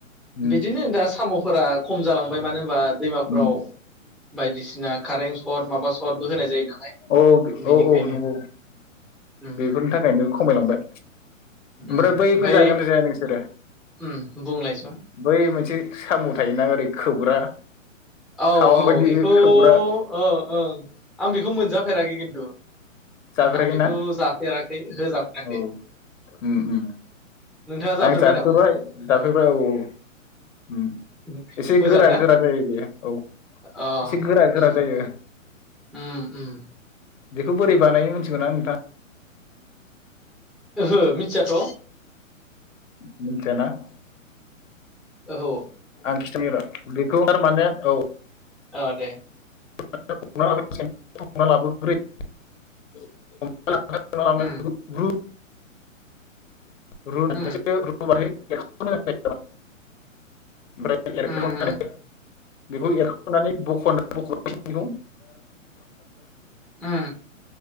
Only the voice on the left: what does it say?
उम
उम
औ
औ औ औ नंगौ
बेफोरनि थाखायनो खमायलांबाय ओमफ्राय
बैखौ जागोना जाया नोंसोरो
बै मोनसे साम थायोना ओरै खोबग्रा
खावां
बायदि
बे खोबग्रा
जाफेराखैना
औ उम उम
आं जाफाय
जाफेरबाय औ औ उम
एसे
गोरा
गोरा जायो बेयो औ
एसे गोरा गोरा
जायो
बेखौ बोरै बानायनो मिथिगौना नोंथाङा?
मिथिया ना?
आं खिथानि र बेखौ थारमाने औ
<unintelligible> <unintelligible>
रुनानैसो
रुबाथाय <unintelligible> माने ओमफ्राय एरखावनानै
बेखौ एरखनानै बखफिननांगौ